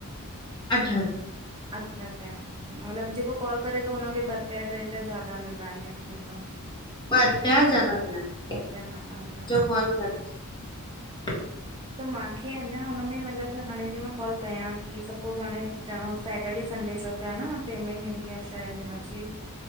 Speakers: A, on the left; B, on the right.
A: अठ रू
B: अठ रूपया हा मतिलब जेको कॉल करे तो उनखे ॿ रुपया ट्रे रुपया ज्यादा मिलदा इअं थी वेंदो
A: पर रुपया ज्यादा मिलंदा
B: ॿ रुपया माला ज्यादा
A: जो कॉल करे तो
B: त माखे अंञां हुन में मतिलब हाणे जीअं मां कॉल कयां ती, सपोस हाणे चहुस सैटरडे संडे चओ पिया न पेमेंट ईंदी आ शायद हिनजी?